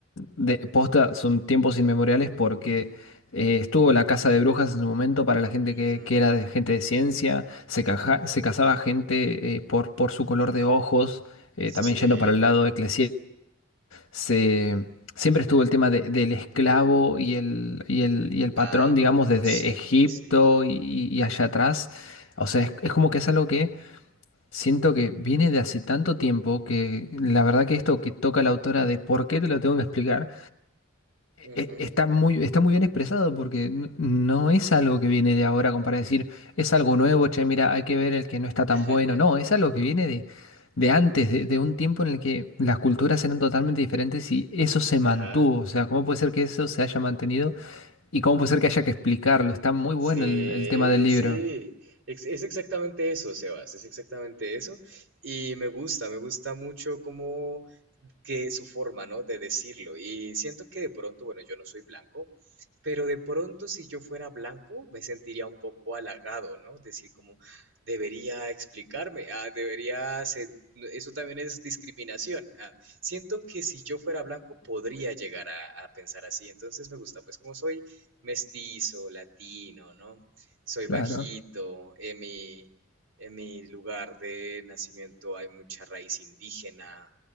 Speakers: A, on the left; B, on the right.
A: de, posta, son tiempos inmemoriales porque eh, estuvo la casa de brujas en su momento para la gente
B: Ujú,
A: que, que era de gente de ciencia, se, caja- se casaba gente eh, por, por su color de ojos, eh,
B: Sí,
A: también yendo para el lado eclesiástico se, siempre estuvo el tema de- del esclavo y el, y el, y el patrón,
B: amo,
A: digamos, desde
B: sí,
A: Egipto
B: sí.
A: y, y allá atrás. O sea, es, es como que es algo que siento que viene de hace tanto tiempo que la verdad que esto que toca la autora de por qué te lo tengo que explicar
B: Ujú.
A: e- Está muy, está muy bien expresado porque n- no es algo que viene de ahora como para decir, es algo nuevo, che, mira, hay que ver el que no está tan
B: <laughs>
A: bueno. No, es algo que viene de, de antes, de, de un tiempo en el que las culturas eran totalmente diferentes y eso se mantuvo.
B: Ajá.
A: O sea, ¿cómo puede ser que eso se haya mantenido y cómo puede ser que haya que explicarlo? Está muy
B: Sí,
A: bueno el, el tema del libro.
B: sí. Ex- Es, exactamente eso, Sebas. Es exactamente eso. Y me gusta, me gusta mucho como que su forma, ¿no? De decirlo. Y siento que de pronto, bueno, yo no soy blanco, pero de pronto si yo fuera blanco, me sentiría un poco halagado, ¿no? Decir como, debería explicarme, ah, debería ser- Eso también es discriminación. Ah, siento que si yo fuera blanco podría llegar a, a pensar así. Entonces me gusta, pues como soy mestizo, latino, ¿no? Soy bajito,
A: Claro.
B: en mi, en mi lugar de nacimiento hay mucha raíz indígena.